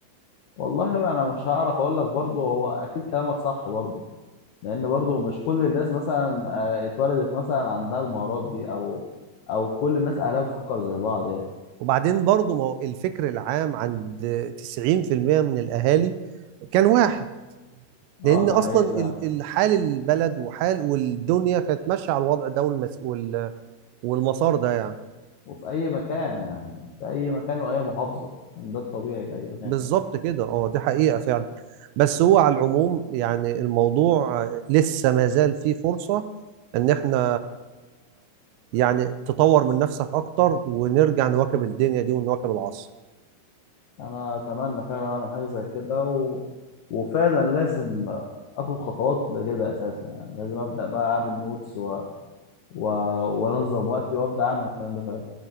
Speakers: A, on the left; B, on the right.
A: والله انا مش هعرف اقول لك برضه هو اكيد كلامك صح برضه لان برضو مش كل الناس مثلا آه، اتولدت مثلا عندها المهارات دي او او كل الناس اهلها بتفكر زي بعض يعني
B: وبعدين برضو ما هو الفكر العام عند 90% من الاهالي كان واحد لان
A: اه ده
B: اصلا
A: حقيقي فعلا
B: ال- الحال البلد وحال والدنيا كانت ماشية على الوضع ده والمس... وال- والمسار ده يعني
A: وفي اي مكان يعني في اي مكان واي محافظه يعني، ده الطبيعي في اي مكان
B: بالظبط كده اه دي حقيقة فعلا بس هو على العموم يعني الموضوع لسه ما زال فيه فرصة ان احنا يعني تطور من نفسك اكتر ونرجع نواكب الدنيا دي ونواكب العصر
A: انا اتمنى فعلا اعمل حاجه زي كده و... وفعلا لازم اخد خطوات لكده اساسا يعني لازم ابدا بقى اعمل نوتس و... و... وانظم وقتي وابدا اعمل الكلام ده فعلا